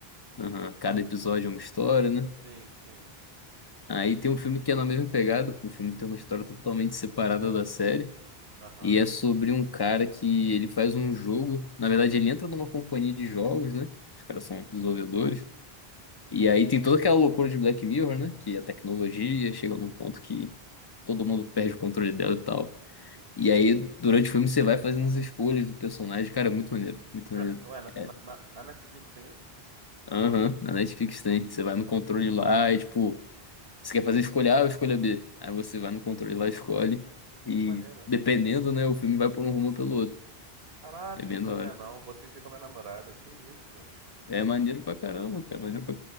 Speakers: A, on the left (about 25°); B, on the right (about 75°).
A: Aham, Cada episódio é uma história, né?
B: Sim, sim.
A: Aí tem um filme que é na mesma pegada. O filme tem uma história totalmente separada da série.
B: Aham.
A: E é sobre um cara que ele faz um jogo. Na verdade, ele entra numa companhia de jogos, né? Os caras
B: Uhum,
A: são desenvolvedores. E aí tem toda aquela loucura de Black Mirror, né? Que a tecnologia
B: uhum.
A: chega num ponto que todo mundo perde o controle dela e tal.
B: Sim.
A: E aí, durante o filme, você vai fazendo as escolhas do personagem. Cara, é muito maneiro, muito maneiro.
B: Ué, n- ué, na,
A: É.
B: na- na Netflix tem isso?
A: Aham, na Netflix tem. Você vai no controle lá e, tipo, você quer fazer escolha A ou escolha B? Aí você vai no controle lá, e escolhe. E
B: Que maneiro.
A: dependendo, né, o filme vai por um rumo ou pelo outro.
B: Caraca,
A: É bem
B: não sabia
A: da hora.
B: não. Vou assistir com a minha namorada. Que isso?
A: É maneiro pra caramba, cara. é Maneiro pra...